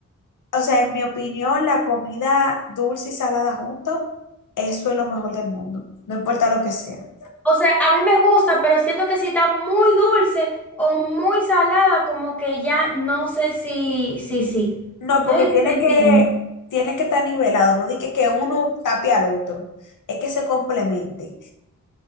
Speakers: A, on the left; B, in the centre.
A: O sea, en mi opinión, la comida dulce y salada junto, eso es lo mejor del mundo, no importa lo que sea.
B: O sea, a mí me gusta, pero siento que si está muy dulce o muy salada, como que ya no sé si, si, sí.
A: No, porque
B: No sé si
A: tiene
B: tú me entiendes.
A: que, tiene que estar nivelado, no di que, que uno tape al otro, es que se complementen,